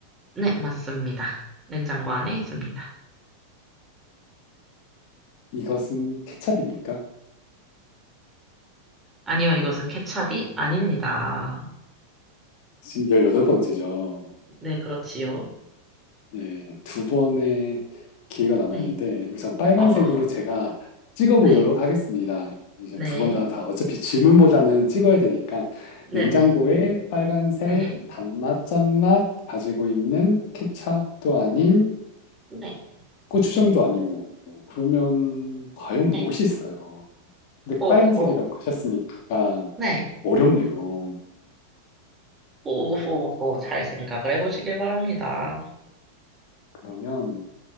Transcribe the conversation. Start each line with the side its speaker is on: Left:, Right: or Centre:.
Right: 네, 맞습니다. 냉장고 안에 있습니다.
Left: 이것은 케첩입니까?
Right: 아니요, 이것은 케찹이 아닙니다.
Left: 지금 18번째죠.
Right: 네, 그렇지요.
Left: 예, 두 번의 기회가 남았는데
Right: 네,
Left: 우선 빨간색으로
Right: 허허허.
Left: 제가 찍어보도록
Right: 네,
Left: 하겠습니다. 이제
Right: 네,
Left: 두 번 다 다 어차피 질문보다는 찍어야 되니까
Right: 네네,
Left: 냉장고에 빨간색
Right: 네,
Left: 단맛 짠맛 가지고 있는 케첩도 아닌
Right: 네,
Left: 고추장도 아니고 그러면 과연
Right: 네,
Left: 무엇이 있을까요? 근데
Right: 호,
Left: 빨간색이라고
Right: 호.
Left: 하셨으니까
Right: 네. 호호.
Left: 어렵네요.
Right: 호호호 잘 생각을 해보시길 바랍니다.
Left: 그러면